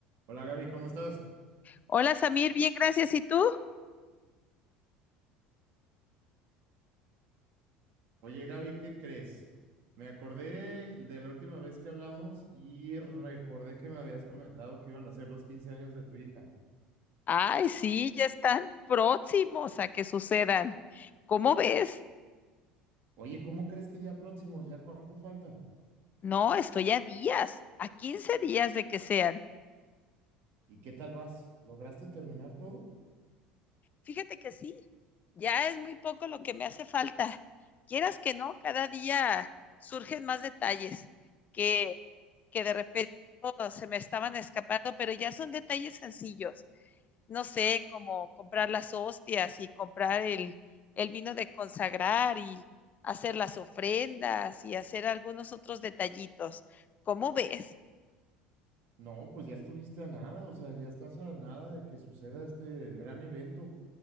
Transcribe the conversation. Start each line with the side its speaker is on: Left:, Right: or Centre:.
Right: Hola Gaby, ¿cómo estás?
Left: Hola Samir, bien, gracias. ¿Y tú?
Right: Oye Gaby, ¿qué crees? Me acordé de la última vez que hablamos y recordé que me habías comentado que iban a ser los 15 años de tu hija.
Left: Ay, sí, ya están próximos a que sucedan. ¿Cómo ves?
Right: Oye, ¿cómo crees que ya próximos? ¿Ya cuánto falta?
Left: No, estoy a días, a 15 días de que sean.
Right: ¿Y qué tal vas? ¿Lograste terminar todo?
Left: Fíjate que sí, ya es muy poco lo que me hace falta. Quieras que no, cada día surgen más detalles que, que de repente oh, se me estaban escapando, pero ya son detalles sencillos. no sé, como comprar las hostias y comprar el, el vino de consagrar y hacer las ofrendas y hacer algunos otros detallitos. ¿Cómo ves?
Right: No, pues ya estuviste a nada, o sea, ya estás a nada de que suceda este, el gran evento,